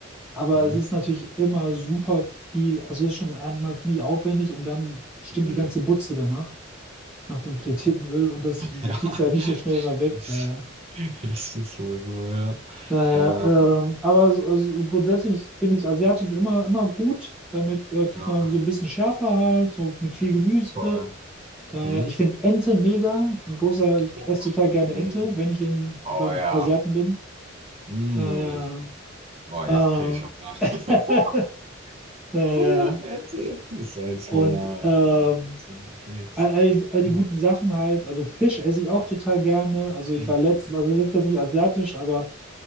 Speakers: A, in the centre; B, on the right (about 30°).
A: aber
B: Mhm.
A: es ist natürlich immer super viel. Also es ist schon einmal, finde ich, aufwendig und dann stinkt
B: Mhm.
A: die ganze Butze danach, nach dem frittierten Öl und das
B: Ja,
A: kriegst du halt
B: <laughs>
A: nicht so schnell mal weg.
B: das
A: Daher.
B: das ist wohl so, ja.
A: Naja,
B: Ähm,
A: ähm, aber so- also grundsätzlich finde ich asiatisch immer, immer gut. Damit äh, kriegt
B: ja,
A: man so ein bisschen schärfer halt, so mit viel Gemüse.
B: voll.
A: Daher,
B: Hm?
A: ich finde Ente mega. Ich bin großer, ich
B: Oh,
A: esse total gerne
B: hm.
A: Ente, wenn ich in,
B: Oh
A: beim
B: ja.
A: Asiaten bin.
B: Hm.
A: Daher,
B: Oh, jetzt
A: äh,
B: kriege ich Hunger. <laughs>
A: <laughs> daher.
B: Oh, hätte. Das ist eins
A: Und
B: meiner
A: ähm,
B: äh, absoluten Faves.
A: all, all, all die
B: Hm.
A: guten Sachen halt. Also Fisch esse ich auch total gerne. Also ich
B: Hm.
A: war letztens, also das ist jetzt nicht asiatisch, aber